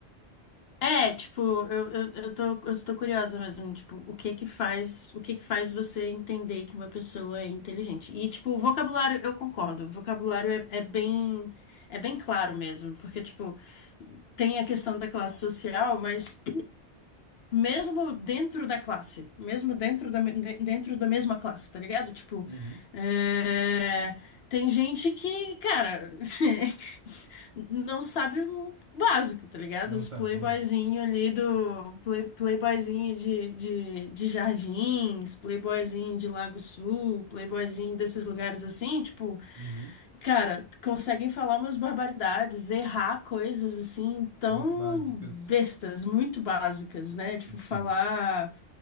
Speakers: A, on the left; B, on the right.
A: É, tipo, eu, eu, eu tô, eu estou curiosa mesmo, tipo, o que que faz, o que que faz você entender que uma pessoa é inteligente? E, tipo, o vocabulário, eu concordo, o vocabulário é, é bem, é bem claro mesmo, porque, tipo, tem a questão da classe social, mas mesmo dentro da classe, mesmo dentro da, me- de- dentro da mesma classe, tá ligado? Tipo,
B: Uhum.
A: é, tem gente que, cara, <laughs> não sabe o básico, tá ligado?
B: Não
A: Os
B: sabe,
A: playboyzinho
B: não.
A: ali do play, playboyzinho de, de, de Jardins, playboyzinho de Lago Sul, playboyzinho desses lugares assim, tipo,
B: Uhum.
A: cara, conseguem falar umas barbaridades, errar coisas assim tão
B: Muito básicas.
A: bestas, muito básicas, né? Tipo,
B: Sim.
A: falar